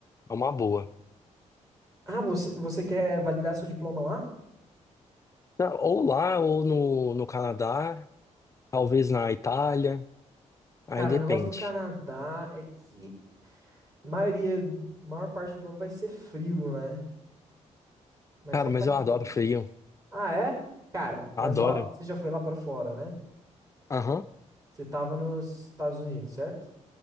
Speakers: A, on the left; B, on the right.
A: é uma boa.
B: Ah, você, você quer validar seu diploma lá?
A: Na- Ou lá, ou no, no Canadá, talvez na Itália, aí
B: Cara,
A: depende.
B: o negócio do Canadá é que maioria, maior parte do ano vai ser frio, né? Mas
A: Cara,
B: é um
A: mas
B: país
A: eu
B: bom.
A: adoro frio,
B: Ah, é? Cara, mas
A: adoro.
B: ó, você já foi lá pra fora, né?
A: Aham,
B: Você tava nos Estados Unidos, certo?